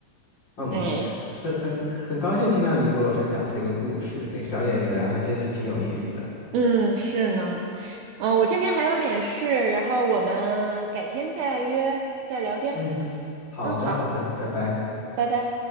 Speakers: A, on the left; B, on the right.
A: 嗯，
B: 哎，
A: 很很很高兴听到你给我分享的这个故事，那个小演员还真是挺有意思的。
B: 嗯，是呢，嗯，我这边还有点事，然后我们改天再约再聊天，
A: 嗯，好的好的，
B: 嗯，好，
A: 拜拜。
B: 拜拜。